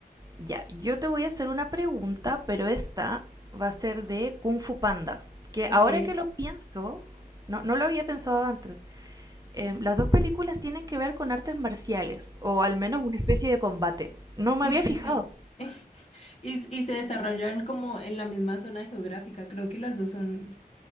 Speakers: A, on the right (about 25°); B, on the left (about 40°).
A: ya. Yo te voy a hacer una pregunta, pero esta va a ser de Kung Fu Panda. Que
B: Ok.
A: ahora que lo pienso, no, no lo había pensado antes. Eh, las dos películas tienen que ver con artes marciales, o al menos una especie de combate. No
B: Sí,
A: me había
B: sí,
A: fijado.
B: sí. <laughs> Y, y se desarrollan como en la misma zona geográfica. Creo que las dos son